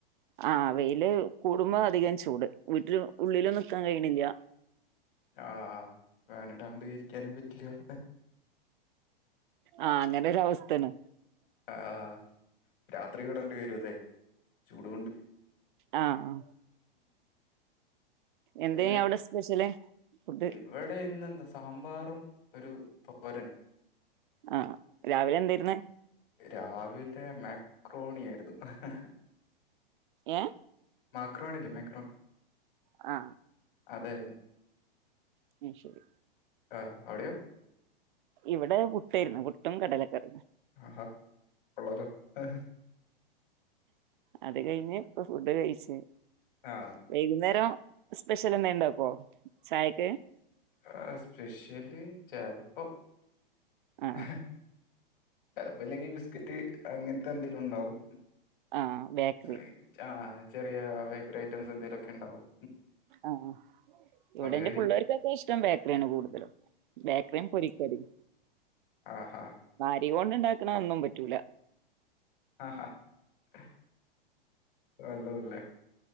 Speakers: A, on the right (about 55°); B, on the left (about 65°).
A: അ വെയിൽ കൂടുമ്പോ അധികം ചൂട് വീട്ടില് ഉള്ളിലും നിക്കാൻ കഴിയണില്ല
B: ആ ഫാൻ ഇടാണ്ട് ഇരിക്കാനും പറ്റില്ല
A: ആ അങ്ങനൊരു അവസ്ഥയാണ്
B: അ രാത്രി ഇടണ്ടി വരും ല്ലേ ചൂട്കൊണ്ട്
A: ആ ആ എന്തേയ്ന്
B: പിന്നെ
A: അവിടെ സ്പെഷ്യല് ഫുഡ്
B: ഇവിടെ ഇന്നെന്താ സാമ്പാറും ഒരു തോരനും
A: ആ രാവിലെ എന്തായിര്ന്ന്‌
B: രാവിലെ മക്രോണിയായിരുന്നു ഹ് ഹ് ഹ്
A: ഏ
B: മാക്രോണി ഇല്ലെ മേക്രോൺ
A: ആ
B: അതായിരുന്നു
A: അത് ശരി
B: ആ അവിടെയോ
A: ഇവിടെ പുട്ടായിരുന്നു പുട്ടും കടലക്കറീം
B: ആ കൊള്ളാലോ എ
A: അത് കഴിഞ്ഞ് ഇപ്പൊ ഫുഡ്‌ കയിച്ച്
B: ആ
A: വൈകുന്നേരം സ്പെഷ്യൽ എന്തേം ഇണ്ടാക്കോ ചായക്ക്
B: അഹ് സ്പെഷ്യല് ചെലപ്പം
A: ആഹ്
B: എഹ് ചെലപ്പോ ഇല്ലെങ്കി ബിസ്ക്കറ്റ് അങ്ങനത്തെ എന്തേലും ഉണ്ടാവും
A: ആഹ് ബേക്കറി
B: വൈകിട്ട് ആ ചെലപ്പ ബെ അഹ് ബേക്കറി ഐറ്റംസ് എന്തേലും ഒക്കെ ഇണ്ടാവും
A: ആഹ് ഇവിടെ എന്റെ
B: കഴിക്കും.
A: പുള്ളേർക്കൊക്കെ ഇഷ്ടം ബേക്കറിയാണ് കൂടുതലും ബേക്കറിയും പൊരിക്കടീം
B: ആഹ് ആഹ്
A: <unintelligible> കൊണ്ട് ഉണ്ടാക്കണ ഒന്നും പറ്റൂല
B: ആഹാ <unintelligible>